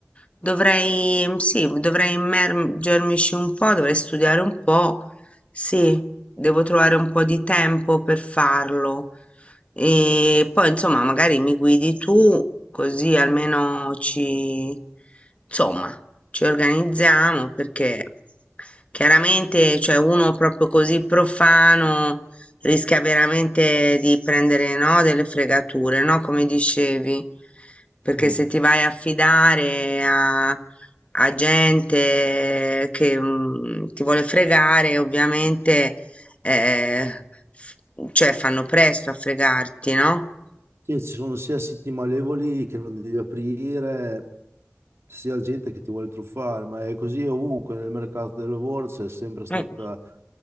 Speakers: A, on the left; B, on the right.
A: Dovrei, sì, dovrei immergermici un po', dovrei studiare un po'. Sì, devo trovare un po' di tempo per farlo. E poi, insomma, magari mi guidi tu, così almeno ci, insomma, ci organizziamo, perché chiaramente, cioè, uno proprio così profano rischia veramente di prendere, no, delle fregature, no, come dicevi, perché
B: Mm.
A: se ti vai a fidare a, a gente che mm, ti vuole fregare, ovviamente, eh, f- cioè fanno presto a fregarti, no?
B: Sì, ci sono sia siti malevoli che non devi aprire, sia gente che ti vuole truffare, ma è così ovunque nel mercato del lavoro, c'è sempre stata
A: Eh,